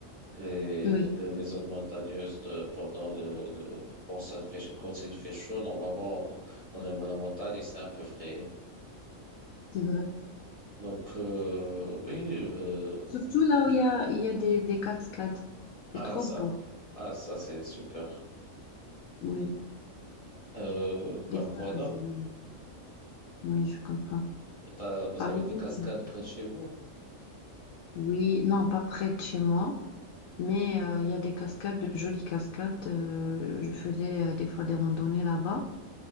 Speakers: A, on the right; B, on the left.
A: les,
B: Oui,
A: les, les zones montagneuses de- pendant le, le- quand ça fait, quand il fait chaud, normalement, dans, dans la la montagne, c'est un peu frais.
B: c'est vrai.
A: Donc, euh, oui, euh,
B: Surtout là où il y a, il y a des, des cascades.
A: Ah,
B: C'est trop
A: ça,
B: beau.
A: ah, ça c'est super.
B: Oui,
A: Euh,
B: des
A: ben
B: fois,
A: voilà,
B: j'y vais. Oui, je comprends.
A: T'as- vous
B: Par
A: avez
B: exemple,
A: des cascades près de chez vous.
B: oui, non, pas près de chez moi, mais euh, il y a des cascades, de jolies cascades. Euh, je faisais euh, des fois des randonnées là-bas.